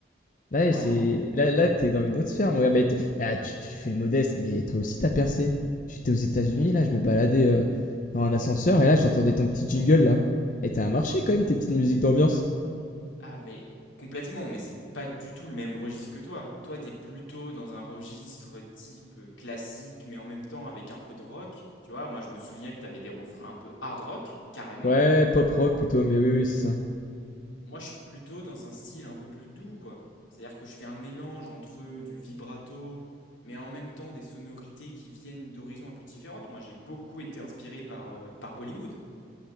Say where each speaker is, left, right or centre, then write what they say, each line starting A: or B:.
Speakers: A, on the left; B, on the left.
A: Là,
B: Waouh!
A: c'est là, là, t'es dans une autre sphère, mon gars. Mais t- bah, tu, tu fais le modeste, mais toi aussi t'as percé. J'étais aux États-Unis, là, je me baladais euh, dans un ascenseur et là, j'entendais ton petit jingle là. Et t'as un marché quand même, tes petites musiques d'ambiance.
B: Ah, mais complètement, mais c'est pas du tout le même registre que toi. Toi, t'es plutôt dans un registre type euh, classique, mais en même temps avec un peu de rock. Tu vois, moi, je me souviens que t'avais des refrains un peu hard rock, carrément.
A: Ouais, pop rock plutôt, mais oui, oui, c'est ça.
B: Moi, je suis plutôt dans un style un peu plus doux, quoi. C'est-à-dire que je fais un mélange entre du vibrato, mais en même temps des sonorités qui viennent d'horizons un peu différentes. Moi, j'ai beaucoup été inspiré par, euh, par Bollywood.